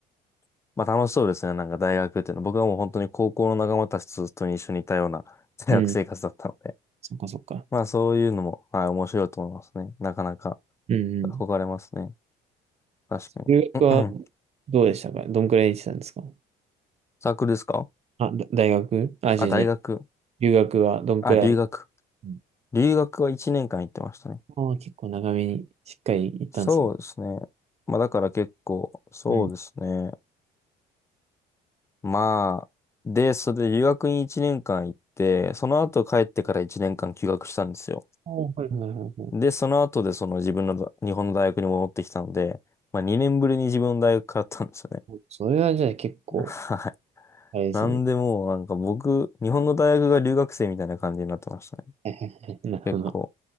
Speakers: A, on the left (about 15°); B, on the right (about 40°).
A: まあ楽しそうですね。なんか大学っていうのは。僕はもう本当に高校の仲間たちと一緒にいたような <laughs> 大学生活だったので。
B: い。うん。そっかそっか。
A: まあそういうのも、はい、面白いと思いますね。なかなか
B: うんうん。
A: 憧れますね。確かに。
B: 留学は
A: うんうん
B: どうでしたかどんくらい行ってたんですか
A: サークルですか
B: あ、だ大学あ、違う違う。
A: あ、大学。
B: 留学はどんくらい
A: あ、留学。
B: うん
A: 留学は1年間行ってましたね。
B: ああ、結構長めにしっかり行ったんですね。
A: そうですね。まあだから結構、そうですね。
B: うん。
A: まあ、で、それで留学に1年間行って、その後帰ってから1年間休学したんですよ。
B: おーはいはいはいは
A: で、その後でその自分の日本の大学に戻ってきたので、まあ2年ぶりに自分の大学通ったんですよね。
B: い。それはじゃあ結構、
A: <laughs> はい。
B: あれですね。
A: なんでもうなんか僕、日本の大学が留学生みたいな感じになってましたね。
B: <laughs> はいはいはいなるほど。
A: 結構。